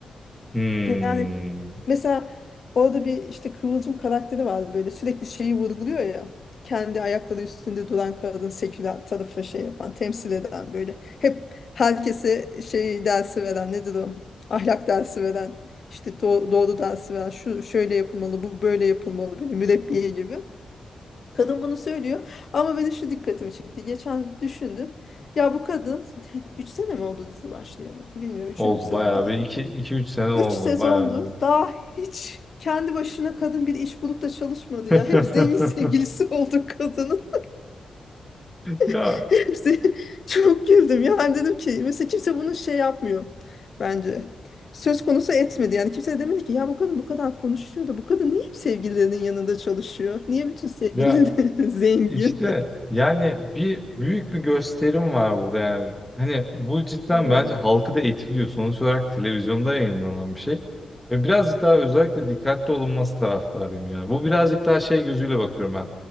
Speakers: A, in the centre; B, on the left.
A: Hmm.
B: Yani Mesela orada bir işte Kıvılcım karakteri var böyle sürekli şeyi vurguluyor ya. Kendi ayakları üstünde duran kadın seküler tarafı şey yapan, temsil eden böyle. Hep herkese şey dersi veren nedir o? Ahlak dersi veren, işte do- doğru dersi veren, şu şöyle yapılmalı, bu böyle yapılmalı böyle mürebbiye gibi. Kadın bunu söylüyor ama benim şu dikkatimi çekti. Geçen düşündüm. Ya bu kadın <laughs> 3 sene mi oldu dizi başlayalı? Bilmiyorum üçüncü
A: Oldu
B: sezon
A: bayağı
B: herhalde.
A: bir iki 2 3 sene oldu
B: Üç sezondu.
A: bayağı.
B: Daha hiç kendi başına kadın bir iş bulup da çalışmadı
A: <laughs>
B: ya. Hep zengin <laughs> sevgilisi oldu kadının.
A: Ya
B: <laughs> Hepsi çok güldüm. Yani dedim ki mesela kimse bunu şey yapmıyor bence. Söz konusu etmedi. Yani kimse de demedi ki ya bu kadın bu kadar konuşuyor da bu kadın niye hep sevgililerinin yanında çalışıyor? Niye bütün sevgilileri
A: ya
B: <laughs> zengin?
A: işte
B: <laughs>
A: yani bir büyük bir gösterim var burada yani. Hani bu cidden
B: Hmm.
A: bence halkı da etkiliyor. Sonuç olarak televizyonda yayınlanan bir şey. Ve birazcık daha özellikle dikkatli olunması taraftarıyım ya. Bu birazcık daha şey gözüyle bakıyorum ben.